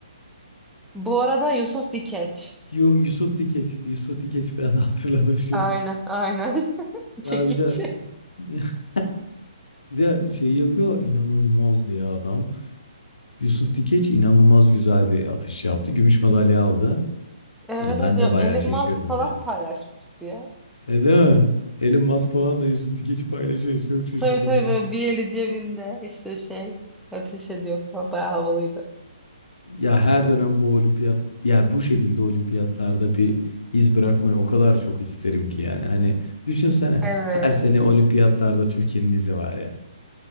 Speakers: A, in the centre; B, on the left.
A: Bu arada Yusuf Dikeç.
B: Yo, Yusuf Dikeç. Yusuf Dikeç ben <laughs> hatırladım şimdi.
A: Aynen aynen. <laughs> Çekiç.
B: Ya bir de <laughs> bir de şey yapıyor inanılmazdı ya adam. Yusuf Dikeç inanılmaz güzel bir atış yaptı. Gümüş madalya aldı.
A: Evet
B: Hani ben
A: evet ya
B: de bayağı
A: Elon
B: şaşırdım
A: Musk falan
B: yani.
A: paylaşmıştı ya.
B: E değil mi? Elon Musk falan da Yusuf Dikeç'i paylaşıyor. Çok şaşırdım
A: Tabii tabii
B: ben.
A: böyle bir eli cebinde işte şey ateş ediyor falan bayağı havalıydı.
B: Ya her dönem bu olimpiyat ya bu şekilde olimpiyatlarda bir iz bırakmayı o kadar çok isterim ki yani. Hani düşünsene
A: Evet.
B: her sene olimpiyatlarda Türkiye'nin izi var ya.